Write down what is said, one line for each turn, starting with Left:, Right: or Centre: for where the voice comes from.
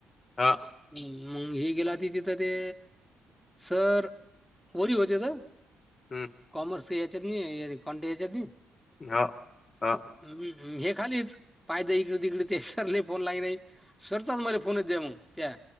Left: हा.
Centre: ह मग हे गेलं ति तिथं ते सर होरी होतेता.
Left: हम्.
Centre: कमर्सच्या यांच्यात नाहीये कॉन्टे नि
Left: हा हा
Centre: हम्म हे खालीच पाहिज इकडे तिकडे ते सरले फोन लाई नाही सरतात मला फोनच द्या मग त्या